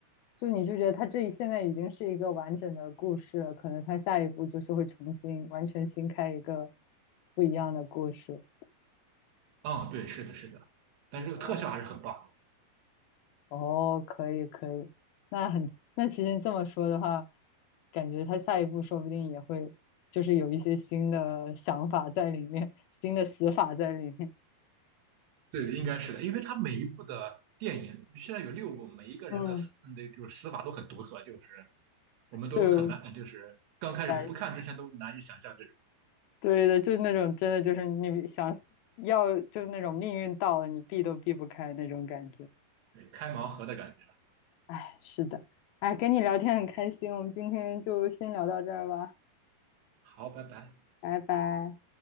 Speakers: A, on the left (about 75°); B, on the right (about 80°).
A: 就你就觉得他这一现在已经是一个完整的故事了，可能他下一步就是会重新完全新开一个不一样的故事。
B: 嗯，对，是的，是的，但这个特效还是很棒的。
A: 哦哦，可以可以，那很，那其实你这么说的话，感觉他下一步说不定也会，就是有一些新的想法在里面，新的死法在里面。
B: 对，应该是的，因为它每一部的电影现在有六部，每一个人的死那就是死法都很独特，
A: 嗯，
B: 就是我们都很难，
A: 对我
B: 就是刚开始不看之前都难以想象这种
A: 来说对的，就是那种真的就是你想要，就是那种命运到了，你避都避不开那种感觉。
B: 对开盲盒的感觉。
A: 哎，是的，哎，跟你聊天很开心，我们今天就先聊到这儿吧，
B: 好，拜拜。
A: 拜拜。